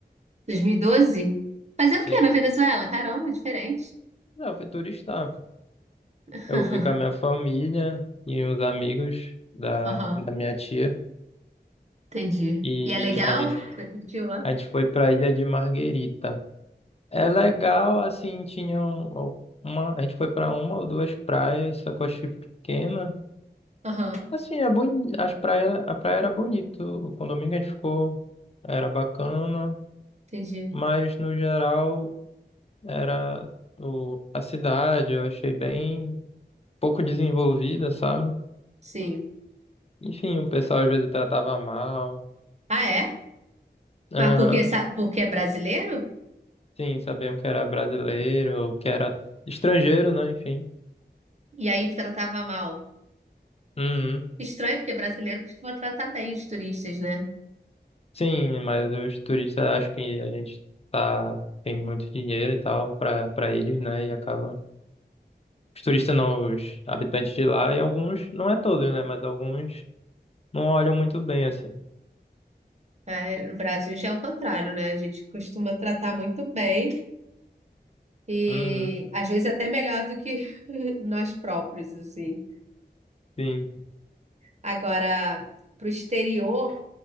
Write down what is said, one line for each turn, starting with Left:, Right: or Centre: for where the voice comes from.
Right: 2012? Fazer
Left: Sim.
Right: o quê na Venezuela? Caramba, diferente.
Left: Não, eu fui turistar.
Right: <laughs>
Left: Eu fui com a minha família e uns amigos da,
Right: Aham.
Left: da minha tia.
Right: Entendi.
Left: E
Right: E é legal?
Left: a gente,
Right: Você curtiu lá?
Left: a gente foi pra Ilha de Marguerita. É legal, assim, tinha um- uma. A gente foi pra uma ou duas praias, só que eu achei pequena.
Right: Aham.
Left: Assim, é boni, as praia, a praia era bonito. O condomínio que a gente ficou era bacana,
Right: Entendi.
Left: mas no geral era o, a cidade, eu achei bem pouco desenvolvida, sabe?
Right: Sim.
Left: Enfim, o pessoal às vezes tratava mal.
Right: Ah, é?
Left: Aham.
Right: Mas porque, sabe, porque é brasileiro?
Left: Sim, sabiam que era brasileiro, ou que era estrangeiro, né? Enfim.
Right: E aí tratava mal.
Left: Uhum.
Right: Estranho, porque brasileiro costuma tratar bem os turistas, né?
Left: Sim, mas os turistas acham que a gente tá, tem muito dinheiro e tal pra, pra eles, né? E acaba. Os turistas não, os habitantes de lá, e alguns, não é todos, né? Mas alguns não olham muito bem assim.
Right: É, no Brasil já é o contrário, né? A gente costuma tratar muito bem e
Left: Uhum.
Right: às vezes até melhor do que <laughs> nós próprios, assim.
Left: Sim.
Right: Agora, pro exterior,